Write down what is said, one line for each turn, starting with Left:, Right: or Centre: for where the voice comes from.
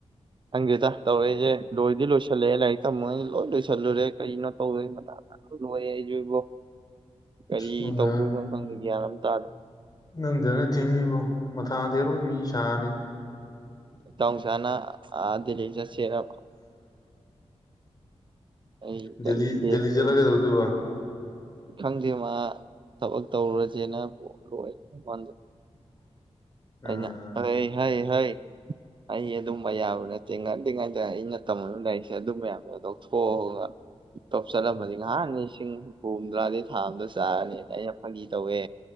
Right: ꯈꯪꯗꯦꯗ ꯇꯧꯔꯤꯖꯦ ꯂꯣꯏꯗꯤ ꯂꯣꯏꯁꯤꯜꯂꯛꯑꯦ ꯂꯥꯏꯔꯤꯛ ꯇꯝꯃꯉꯩꯁꯦ ꯂꯣꯏ ꯂꯣꯏꯁꯤꯜꯂꯨꯔꯦ ꯀꯔꯤꯅꯣ ꯇꯧꯗꯣꯏ ꯃꯊꯥ ꯂꯣꯏꯔꯦ ꯑꯩꯖꯨ ꯏꯕꯣ ꯀꯔꯤ
Left: ꯅꯪꯒ
Right: ꯇꯧꯗꯣꯏꯅꯣ ꯈꯪꯗꯦ ꯒ꯭ꯌꯥꯟ ꯑꯝ ꯇꯥꯗꯦ
Left: ꯅꯪꯗ ꯅꯠꯇꯦꯅꯦ ꯏꯕꯣ ꯃꯊꯥꯗꯤ ꯑꯔꯣꯏꯕꯤ ꯁꯥꯔꯤ
Right: ꯏꯇꯥꯎ ꯁꯥꯅ ꯑ ꯗꯦꯜꯂꯤ ꯆꯠꯁꯦꯅ ꯑꯩ ꯆꯠꯅꯤꯡꯗꯦꯅ
Left: ꯗꯦꯂꯤ ꯗꯦꯜꯂꯤ ꯆꯠꯂ
Right: ꯂꯩꯔꯤ
Left: ꯀꯩꯗꯧꯗꯣꯏꯕ
Right: ꯈꯪꯗꯦ ꯃꯥ ꯊꯕꯛ ꯇꯧꯔꯨꯔꯖꯦꯅ ꯂꯣꯏꯔꯦ ꯑꯩꯉꯣꯟꯗ
Left: ꯑꯥ
Right: ꯑꯩꯅ ꯍꯥꯏ ꯍꯥꯏ ꯍꯩ ꯑꯩ ꯑꯗꯨꯝꯕ ꯌꯥꯕ ꯅꯠꯇꯦ ꯉꯜꯂꯤꯉꯩꯗ ꯑꯩꯅ ꯇꯝꯃꯨꯕ ꯂꯩꯔꯤꯛꯁꯦ ꯑꯗꯨꯝꯕ ꯃꯌꯥꯝꯗꯣ ꯇꯣꯊꯣꯛ ꯑꯒ ꯇꯣꯞ ꯆꯠꯂꯝꯃꯗꯤ ꯉꯍꯥꯟ ꯂꯤꯁꯤꯡ ꯍꯨꯝꯐꯨ ꯍꯨꯝꯗ꯭ꯔꯥꯗꯤ ꯊꯥ ꯑꯝꯗ ꯆꯥꯔꯅꯤꯅ ꯑꯩꯅ ꯐꯥꯒꯤ ꯇꯧꯋꯦ